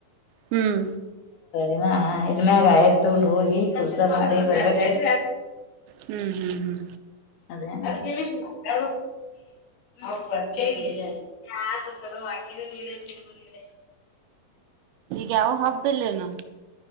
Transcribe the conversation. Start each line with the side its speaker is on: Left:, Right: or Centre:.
Right: ಹ್ಮ್
Left: ಏ ಇನ್ಮ್ಗ ಆಯರ್ ತಗೊಂಡ್ ಹೋಗಿ ಕರ್ಸ ಮಾಡಿ ಬರ್ಬೇಕ
Right: ಹ್ಮ್ ಹ್ಮ್ ಹ್ಮ್
Left: ಅ ಮಾತ ಕ ಅವರ್ಚೆ
Right: ಹ್ಮ್
Left: ಇ ವಾನೀಡ ನೀ ನೀಡ
Right: ಗವು ಹಬ್ಬಲ್ಲನು